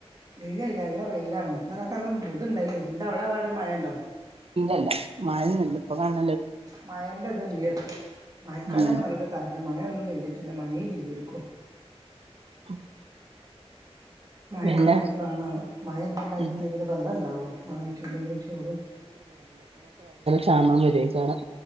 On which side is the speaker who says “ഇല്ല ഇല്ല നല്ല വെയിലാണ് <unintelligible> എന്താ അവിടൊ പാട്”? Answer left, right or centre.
Right